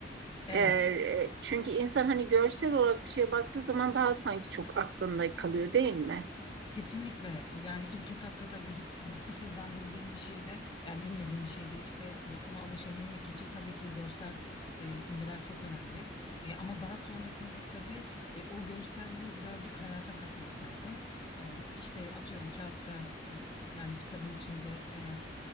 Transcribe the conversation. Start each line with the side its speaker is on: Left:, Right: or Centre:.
Left: Evet.
Right: Ee, e, çünkü insan hani görsel olarak bir şeye baktığı zaman daha sanki çok aklında kalıyor değil mi?
Left: Kesinlikle yani ilk etapta tabii hiç yani sıfırdan bildiğim bir şeyde yani bilmediğim bir şeyde işte e, ona alışabilmek için tabii ki görsel e, imgeler çok önemli. E, ama daha sonrasında tabii e, o görselliği birazcık hayata katmak lazım. E, işte atıyorum kağıtta e, yani kitabın içinde eğer